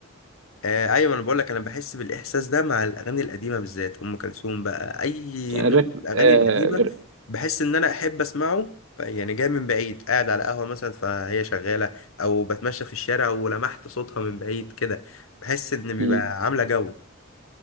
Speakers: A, on the left; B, on the right.
A: آه ايوه انا بقول لك انا بحس بالاحساس ده مع الاغاني القديمه بالذات ام كلثوم بقى اي
B: يعني
A: نوع
B: الريتم
A: من الاغاني
B: آه،
A: القديمه
B: الر-
A: بحس ان انا احب اسمعه يعني جاي من بعيد قاعد على قهوه مثلا فهي شغاله او بتمشى في الشارع ولمحت صوتها من بعيد كده بحس ان بيبقى
B: مم.
A: عامله جو